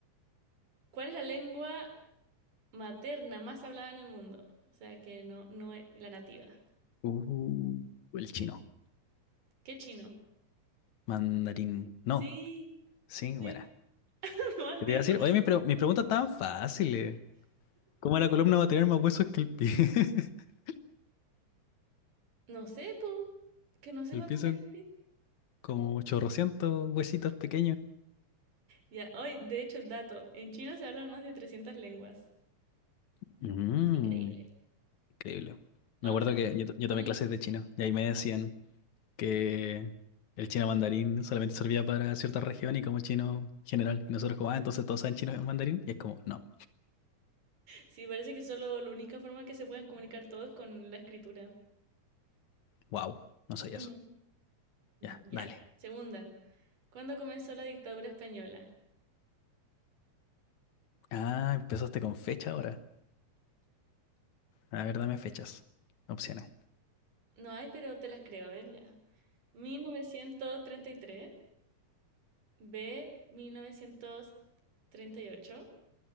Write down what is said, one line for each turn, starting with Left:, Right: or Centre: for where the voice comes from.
Right: ¿Cuál es la lengua materna más hablada en el mundo? O sea, que no, no es la nativa.
Left: Uh, el chino.
Right: ¿Qué chino?
Left: Mandarín. No.
Right: Sí,
Left: Sí,
Right: sí.
Left: buena.
Right: <laughs> Maldito.
Left: ¿Qué te iba a decir? Oye, mi pre- mis preguntas estaban fáciles. ¿Cómo la columna va a tener más huesos que el pie? <laughs>
Right: No sé, po. Que no sé
Left: El
Right: cuánto
Left: pie son
Right: tienen pi-
Left: como ochocientos huesitos pequeños.
Right: Ya, hoy, de hecho, dato. En China se hablan más de 300 lenguas.
Left: Mm.
Right: Increíble.
Left: Increíble. Me
Right: Otra.
Left: acuerdo que yo, yo tomé
Right: ¿Mm?
Left: clases de chino y ahí me decían que el chino mandarín solamente servía para cierta región y como chino general. Y nosotros como, ah, entonces todos saben chino mandarín. Y es como, no,
Right: Sí, parece que solo la única forma que se pueden comunicar todos es con la escritura.
Left: wow, no soy
Right: Ujú.
Left: eso. Ya,
Right: Ya.
Left: dale.
Right: Segunda. ¿Cuándo comenzó la dictadura española?
Left: Ah, empezaste con fecha ahora. A ver, dame fechas. Opciones.
Right: No hay, pero te las creo. A ver, ya. Mil novecientos treinta y tres B, mil novecientos treinta y ocho